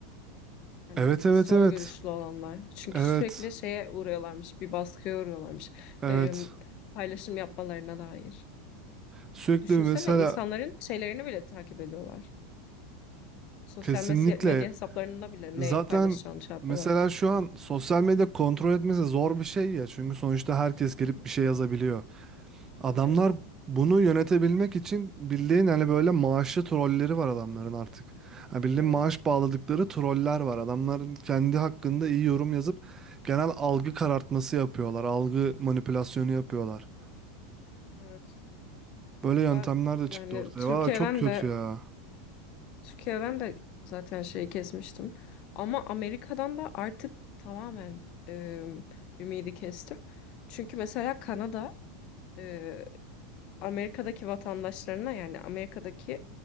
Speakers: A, on the left; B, on the right.
A: Hani
B: Evet evet
A: sol
B: evet.
A: görüşlü olanlar. Çünkü
B: Evet.
A: sürekli şeye uğruyorlarmış, bir baskıya uğruyorlarmış.
B: Evet.
A: E, paylaşım yapmalarına dair.
B: Sürekli
A: Düşünsene
B: mesela
A: insanların şeylerini bile takip ediyorlar. Sosyal
B: kesinlikle
A: mes- medya hesaplarında bile
B: zaten
A: ne paylaşacağını şey yapıyorlar.
B: mesela şu an sosyal medya kontrol etmesi zor bir şey ya. Çünkü sonuçta herkes gelip
A: Hı hı.
B: bir şey yazabiliyor. Adamlar
A: Evet,
B: bunu yönetebilmek için bildiğin hani böyle maaşlı trolleri var adamların artık. Yani bildiğin
A: evet,
B: maaş bağladıkları troller var. Adamların kendi hakkında iyi yorum yazıp genel algı karartması yapıyorlar. Algı manipülasyonu yapıyorlar.
A: evet.
B: Böyle yöntemler
A: Ben
B: de çıktı
A: yani
B: ortaya.
A: Türkiye'den
B: Valla çok kötü
A: de
B: ya.
A: Türkiye'den de zaten şeyi kesmiştim. Ama Amerika'dan da artık tamamen e, ümidi kestim. Çünkü mesela Kanada e, Amerika'daki vatandaşlarına yani Amerika'daki